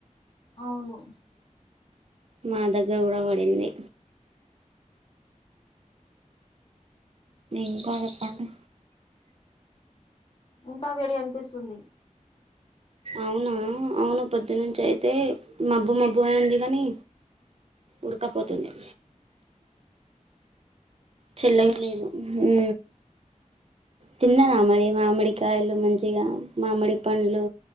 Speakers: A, on the left; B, on the right.
A: అవును
B: మా దగ్గర కూడా పడింది ఇంకా చెప్పండి
A: ఇంకా వేడిగనిపిస్తుంది
B: అవునా అవును పొద్దు నుంచి అయితే మబ్బు మబ్బుగే ఉంది కాని ఉడకపోతుంది చల్లగ
A: అవును
B: లేదు ఊ తిన్నారా మరి మామిడి కాయలు మంచిగా మామిడి పండ్లు